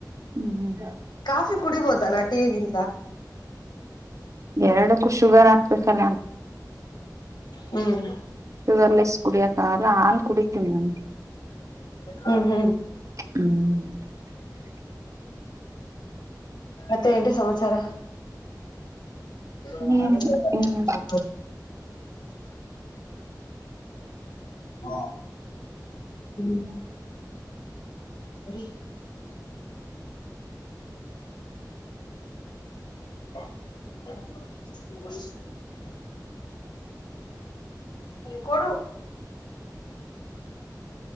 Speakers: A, on the right; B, on the left.
A: ಹ್ಮ್್ಮ
B: ಕಾಫಿ ಕುಡಿಬೋದಲ್ಲ ಟೀಗಿಂತ
A: ಎರಡಕ್ಕೂ ಶುಗರ್ ಹಾಕ್ಬೇಕಲ್ಲ
B: ಹ್ಮ್
A: ರ್ಲೆಸ್ ಕುಡಿಯಕಲ್ಲ ಹಾಲ್ ಕುಡಿತೀನಿ ನ್
B: ಹ್ಮ್ ಹ್ಮ್
A: ಹ್ಮ್
B: ಮತ್ತೆ ಎಂಟು ಸಮಾಚಾರ ಹಾ
A: ಏನಿಲ್ಲ ಏನ್
B: ಹಾ ಹ್ಮ ಹರಿ ಹಾ ಕೊ